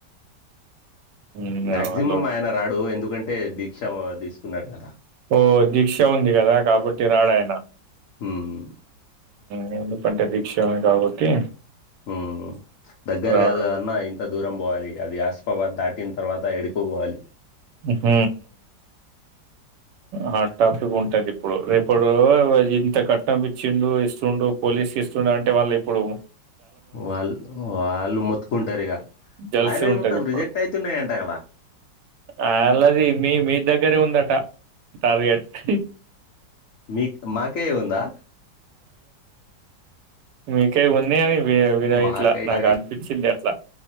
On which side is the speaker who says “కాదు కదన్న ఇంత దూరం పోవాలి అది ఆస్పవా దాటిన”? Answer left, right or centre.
Left